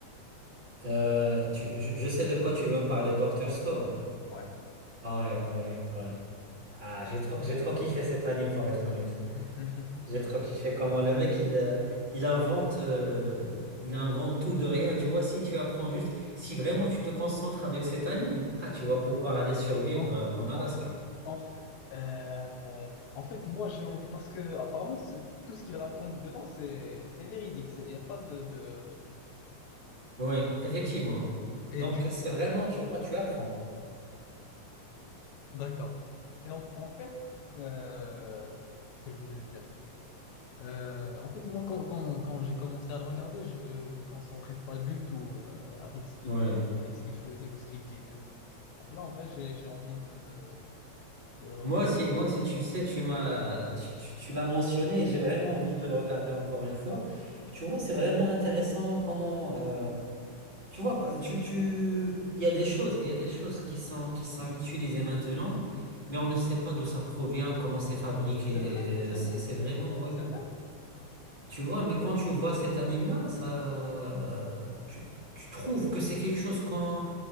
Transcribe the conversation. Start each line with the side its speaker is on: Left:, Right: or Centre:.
Right: euh, tu- je, je sais de quoi tu veux me parler, Dr.
Left: Ouais.
Right: Stone.
Left: Ouais.
Right: Ah ouais, ouais, ouais. Ah, j'ai trop, j'ai trop kiffé cet anime pour être honnête.
Left: <laughs>
Right: J'ai trop kiffé comment le mec il, euh, il invente, euh, il invente tout de rien. Tu vois, si tu apprends juste, si vraiment tu te concentres avec cet anime, ah, tu vas pouvoir aller survivre
Left: En,
Right: euh, en Alaska.
Left: en, f- en fait, euh, en fait, moi j'ai envie parce que apparemment c'est- tout ce qu'il raconte dedans c'est c'est véridique. Il n'y a pas de, de-
Right: Oui, effectivement.
Left: Et
Right: Donc
Left: du coup,
Right: c'est vraiment, tu vois, tu apprends.
Left: d'accord. Et en, en fait, euh, que je voulais dire. Euh, en fait, moi quand, quand, quand j'ai commencé à le regarder, je je me concentrais pas du tout euh, avec ce qu'il
Right: Oui.
Left: avec ce qu'il faisait ou ce qu'il disait. Donc là, en vrai, j'ai j'ai envie un peu de, de le regarder.
Right: Moi aussi, moi aussi, tu sais, tu m'as, tu, tu- tu l'as mentionné et j'ai vraiment envie de le regarder encore une fois. Tu vois, c'est vraiment intéressant comment, euh, tu vois, euh, tu, tu, il y a des choses, il y a des choses qui sont, qui sont utilisées maintenant, mais on ne sait pas d'où ça provient, comment c'est fabriqué.
Left: C'est vrai, c'est
Right: euh, c'est,
Left: vrai,
Right: c'est vraiment, ouais.
Left: c'est vrai.
Right: Tu vois, mais quand tu vois cet anime-là, ça, euh, tu, tu trouves que c'est quelque chose qu'on